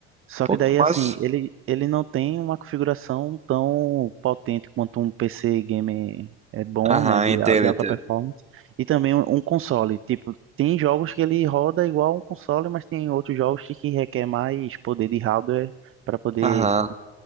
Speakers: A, on the right (about 40°); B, on the right (about 20°).
A: Só
B: Pô,
A: que
B: que
A: daí,
B: massa.
A: assim, ele, ele não tem uma configuração tão potente quanto um PC gamer é bom,
B: Aham,
A: né, de,
B: entendo,
A: al- de
B: entendo.
A: alta performance, e também um, um console. Tipo, tem jogos que ele roda igual um console, mas tem outros jogos que requer mais poder de hardware para poder
B: Aham,